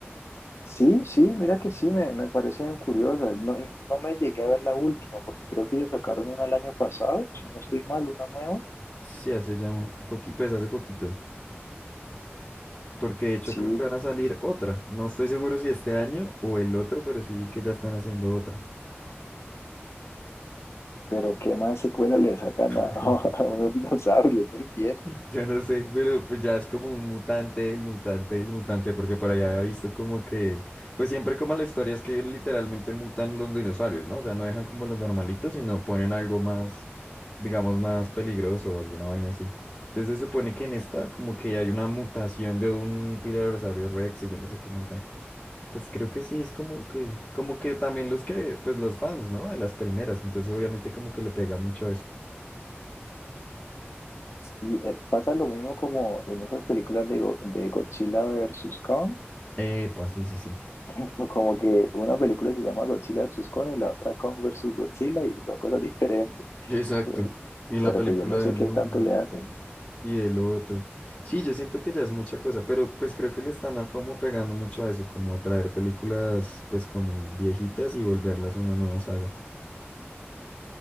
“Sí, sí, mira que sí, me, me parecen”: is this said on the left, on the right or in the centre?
Left